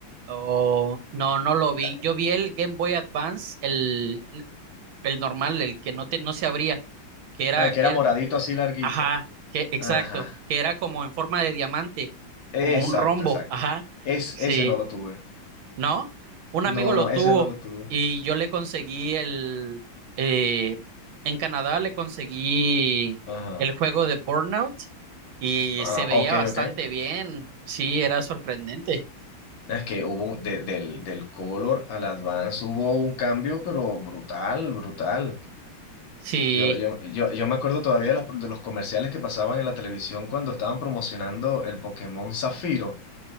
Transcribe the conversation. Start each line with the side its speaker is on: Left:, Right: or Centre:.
Right: Oh, no, no lo
Left: <clears throat>
Right: vi. Yo vi el Game Boy Advance, el, el normal, el que no te, no se abría, que era,
Left: Ah, el
Right: que
Left: que era moradito
Right: era-
Left: así larguito.
Right: ajá, que, exacto,
Left: Ajá.
Right: que era como en forma de diamante,
Left: Exacto,
Right: como un rombo,
Left: exacto.
Right: ajá,
Left: Es,
Right: sí,
Left: ese no lo tuve.
Right: ¿no? Un
Left: No,
Right: amigo lo
Left: no,
Right: tuvo
Left: ese no lo tuve.
Right: y yo le conseguí el, eh, en Canadá le conseguí
Left: Ajá.
Right: el juego de Burnout y
Left: Ah,
Right: se veía
Left: ok,
Right: bastante
Left: ok.
Right: bien, sí, era sorprendente,
Left: Es que hubo un- de- del, del Color al Advance hubo un cambio, pero brutal, brutal.
Right: sí,
Left: Yo, yo, yo, yo me acuerdo todavía de los, de los comerciales que pasaban en la televisión cuando estaban promocionando el Pokémon Zafiro.